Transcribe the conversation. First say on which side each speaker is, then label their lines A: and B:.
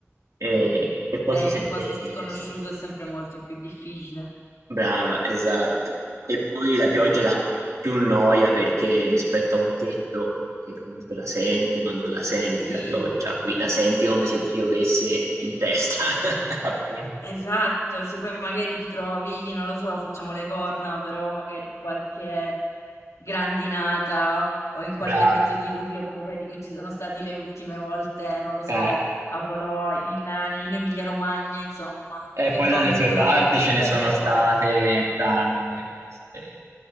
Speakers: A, on the right; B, on the left.
A: E, e poi
B: Eh,
A: si sente,
B: in un posto sconosciuto
A: sì.
B: è sempre molto più difficile.
A: Brava, esatto. E poi la pioggia dà più noia perché rispetto a un tetto, che comunque la senti, ma non la senti
B: Sì,
A: la pioggia, qui la senti come se ti piovesse in testa, <laughs> appunto.
B: esatto. Se poi magari ti trovi, non lo so, facciamo le corna, però magari in qualche grandinata o in qualche
A: Brava.
B: mezzo diluvio come quelli che ci sono stati le ultime volte, non lo so,
A: Eh.
B: a Bologna, in, in Emilia-Romagna, insomma.
A: Eh,
B: Che
A: poi
B: paura,
A: dalle tue parti
B: proprio che
A: ce
B: terrore.
A: ne sono state tante di queste-